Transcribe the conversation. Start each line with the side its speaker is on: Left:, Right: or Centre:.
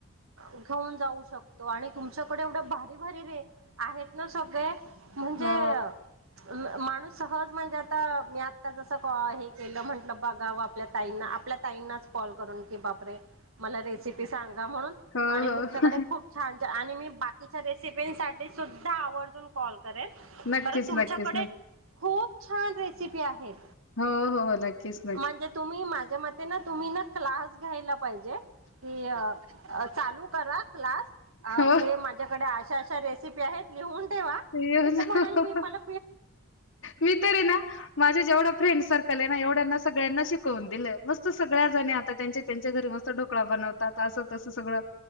Right: घेऊन जाऊ शकतो. आणि तुमच्याकडे एवढं भारी भारी रे आहेत ना सगळे. म्हणजे
Left: हो.
Right: म माणूस सहज म्हणजे आता मी आत्ता जसं कॉ हे केलं, म्हटलं बघावं आपल्या ताईंना आपल्या ताईंनाच कॉल करून की बापरे, मला रेसिपी सांगा म्हणून
Left: हो,
Right: आणि
Left: हो.
Right: तुमच्याकडे खूप छान आणि मी बाकीच्या रेसिपीसाठी सुद्धा आवर्जून कॉल <unintelligible>
Left: नक्कीच,
Right: तुमच्याकडे
Left: नक्कीच, नक्की.
Right: खूप छान रेसिपी आहेत.
Left: हो हो नक्कीच ना
Right: म्हणजे तुम्ही माझ्या मते ना तुम्ही ना क्लास घ्यायला पाहिजे. कि अ -चालू करा क्लास. अ-हे
Left: हो.
Right: माझ्याकडे अशा अशा रेसि पी आहेत लिहून ठेवा.
Left: येऊन
Right: मी तर म्हणेल मला
Left: मी तरी ना माझ्या जेवढा फ्रेंड सर्कल आहे ना एवढ्यांना सगळ्यांना शिकवून दिल. मस्त सगळ्या जणी आता त्यांचे त्यांच्या घरी मस्त ढोकळा बनवतात, असं तसं सगळं